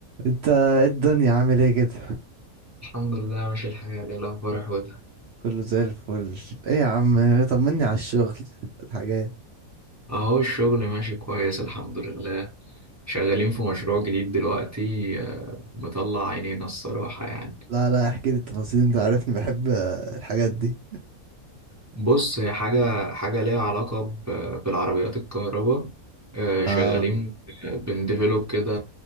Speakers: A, on the right (about 70°); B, on the right (about 20°).
A: انت ايه الدنيا عامل ايه كده
B: الحمد لله ماشي الحال ايه الاخبار يا حوده
A: كله زي الفل ايه يا عم طمني على الشغل الحاجات
B: اهو الشغل ماشي كويس الحمد لله شغالين في مشروع جديد دلوقتي آه، مطلع عينينا الصراحة يعني
A: لا لا احكي لي التفاصيل انت عارفني بحب آه، الحاجات دي
B: بص هي حاجة حاجة ليها علاقة ب- بالعربيات الكهرباء آه،
A: اه
B: شغالين آه، بنديفلوب كده